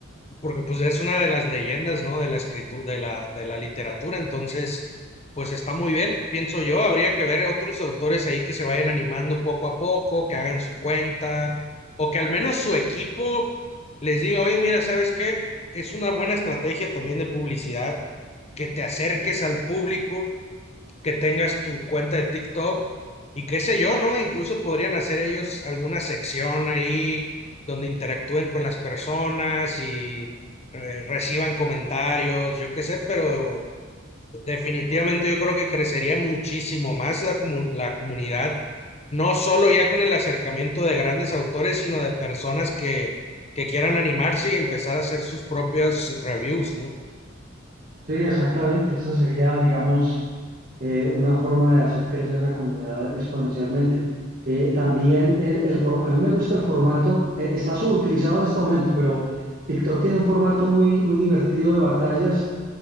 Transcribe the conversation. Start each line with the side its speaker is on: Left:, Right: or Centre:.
Left: porque pues es una de las leyendas, ¿no? De la escritura, de la, de la literatura, entonces, pues está muy bien, pienso yo, habría que ver otros autores ahí que se vayan animando poco a poco, que hagan su cuenta, o que al menos su equipo les diga, oye, mira, ¿sabes qué? Es una buena estrategia también de publicidad, que te acerques al público que tengas tu cuenta de TikTok y qué sé yo, ¿no? Incluso podrían hacer ellos alguna sección ahí donde interactúen con las personas y eh, reciban comentarios, yo qué sé, pero definitivamente yo creo que crecería muchísimo más la, comu- la comunidad, no solo ya con el acercamiento de grandes autores, sino de personas que, que quieran animarse y empezar a hacer sus propias reviews, ¿no?
Right: Sí, exactamente. Esa sería, digamos. eh, una forma de hacer crecer esa comunidad exponencialmente. Eh, también el, el for- a mí me gusta el formato, eh, está subutilizado en este momento, pero TikTok tiene un formato muy, muy divertido de batallas